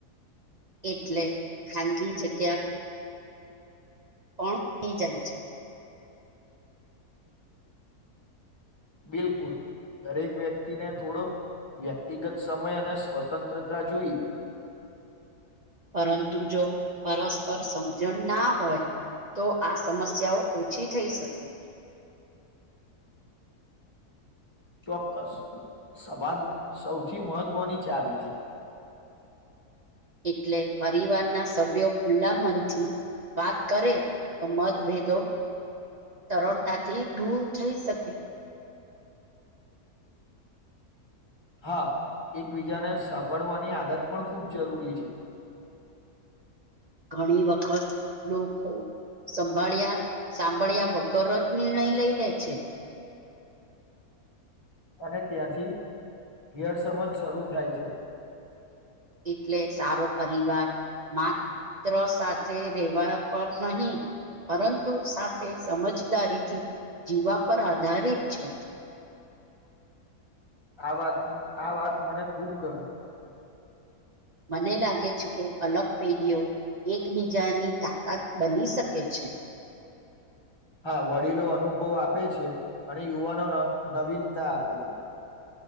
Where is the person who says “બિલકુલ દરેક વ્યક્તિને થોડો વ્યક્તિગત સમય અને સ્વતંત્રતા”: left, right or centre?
Left